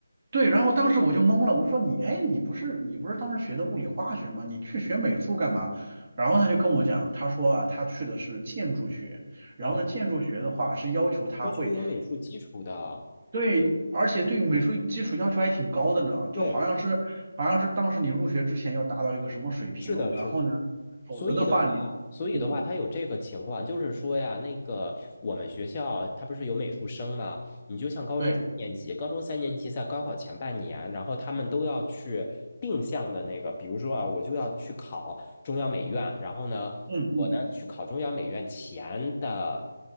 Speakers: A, on the right (about 35°); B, on the left (about 25°).
A: 对，然后当时我就懵了，我说你，哎，你不是你不是当时学的物理化学吗？你去学美术干嘛？然后他就跟我讲，他说啊，他去的是建筑学，然后呢，
B: 嗯，
A: 建筑学的话是要求他会
B: 要求有美术基础的。
A: 对，而且对美术基础要求还挺高的呢，就好像是好像是当时你入学之前要达到一个什么水平，
B: 对。是的，
A: 然后呢，
B: 是的。
A: 否则的话你，
B: 所以的话，所以的话，
A: 嗯，
B: 他有这个情况，就是说呀，那个我们学校他不是有美术生嘛？你就像高中三年级，
A: 对，
B: 高中三年级在高考前半年，然后他们都要去定向的那个，比如说啊，我就要去考中央美院，然后呢，
A: 嗯嗯。
B: 我呢去考中央美院前的，